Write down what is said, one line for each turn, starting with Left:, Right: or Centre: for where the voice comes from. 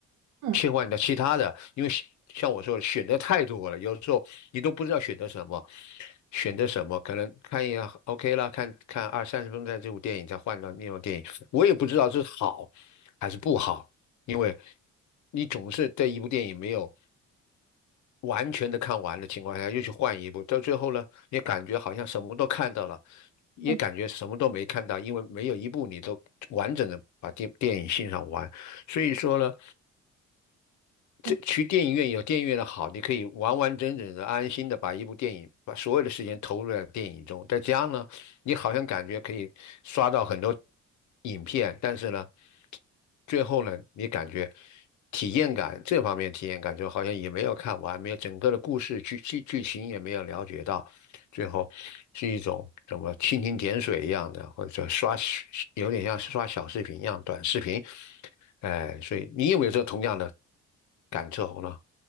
Right: 嗯
Left: 切换到其他的，因为选像我说的选择太多了，有时候你都不知道选择什么，选择什么，可能看一下 OK 了，看看二三十分钟的这部电影，再换到另外电影，我也不知道这是好还是不好，因为你总是这一部电影没有。完全的看完的情况下，又去换一部，到最后呢，也感觉好像什么都看到了，也感觉什么都没看到，
Right: 嗯
Left: 因为没有一部你都完整的把电电影欣赏完。所以说呢，这去电影院有电影院的好，
Right: 嗯。
Left: 你可以完完整整的、安心的把一部电影，把所有的时间投入在电影中。在家呢，你好像感觉可以刷到很多影片，但是呢，最后呢，你感觉体验感这方面体验感就好像也没有看完，没有整个的故事剧剧剧情也没有了解到，最后是一种什么蜻蜓点水一样的，或者刷有点像是刷小视频一样短视频。哎，所以你有没有这同样的感受呢？